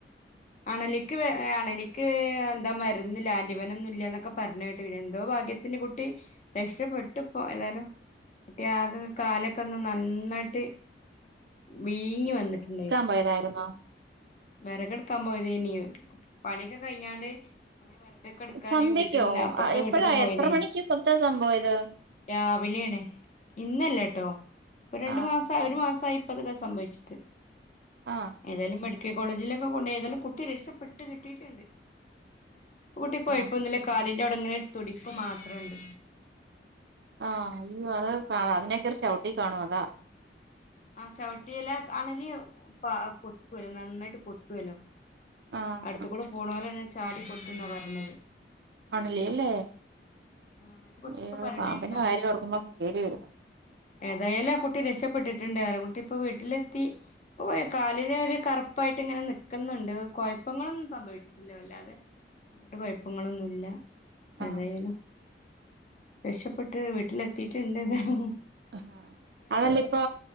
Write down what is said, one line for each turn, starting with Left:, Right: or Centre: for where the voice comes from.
Left: അണലിക്ക് അണലിക്ക് എന്താ മരുന്നു അല്ല ആൻഡിവനൊന്നും ഇല്ല എന്നൊക്കെ പറഞ്ഞ് കേട്ട്ന്ന എന്തോ ഭാഗ്യ ത്തിന് കുട്ടി രക്ഷപപ്പെട്ടുപ്പോ ഏതാലും കുട്ടി ആകെ കാലൊക്കെ ഒന്ന് നന്നായിട്ട് വീങ്ങി വന്നിട്ടുണ്ടായിരുന്നു
Right: വരാതായിരുന്ന
Left: വിറക്കെടുക്കാൻ പോയത് എനി പണിയൊക്കെ കഴിഞ്ഞാണ്ട് നമ്മള് വിറ വട്ടൊക്കെ എടുക്കാന്
Right: സന്ധ്യക്കോ
Left: വീട്ടിൽ നിന്ന് അപ്പുറത്തെ
Right: എപ്പഴാ
Left: വീട്ടൊക്കെ പോയതാനി
Right: എത്ര മണിക്ക് സത്യ സംഭവം ഇത്
Left: രാവിലെയണേ ഇന്നല്ല കേട്ടോ രണ്ടു
Right: ആഹ്
Left: മാസം ഒരു മാസപ്പതൊക്കെ സംഭവിച്ചിട്ട്
Right: ആഹ്
Left: ഏതായാലും കോളേജിലൊക്കെ കൊണ്ട് ഏതൊലും കുട്ടി രക്ഷപ്പെട്ട് കിട്ടിട്ടുണ്ട് കുട്ടി കുഴപ്പമൊന്നുമില്ല
Right: ആഹ്
Left: കാലിൻ്റെ അവിടെ ഇങ്ങനെ തുടിപ്പ് മാത്രണ്ട്
Right: ആഹ് അയ അത് അതിനേക്കെറി ചവിട്ടി കാണും അതാ
Left: ആഹ് ചവിട്ടില്ല അണലി കൊത്തൊല്യൊ നന്നായിട്ട് കൊത്തുവല്യോ
Right: ആഹ്
Left: അടുത്ത്
Right: ആഹ്
Left: കൂടെ പോണലെന്നെ ചാടി കൊത്തുന്നാ പറഞ്ഞത്
Right: ആണല്ലില്ലേ
Left: അങ്ങനെ കൊത്തൊക്കെ
Right: ഏഹ്
Left: പറയണേക്കാ
Right: പാമ്പിൻ്റെ കാര്യം ഓർക്കുമ്പോ പേടി വരും
Left: ഏതായാലും ആഹ് കുട്ടി രക്ഷപ്പെട്ടിട്ടുണ്ട് ആഹ് കുട്ടി ഇപ്പം വീട്ടിലെത്തി കാലിന് ഒരു കറുപ്പായിട്ട് ഇങ്ങനെ നിക്കുന്നുണ്ട് കോ ഴപ്പങ്ങളൊന്നും സംഭവിച്ചിട്ടില്ല വല്ലാതെ അങ്ങോട്ട് കുഴപ്പങ്ങളൊന്നുമല്ല
Right: ആഹ്
Left: ഏതായാലും രക്ഷപ്പെട്ട് വീട്ടിലെത്തിട്ടുണ്ട് എതാലും
Right: ആഹ് അതല്ല ഇപ്പൊ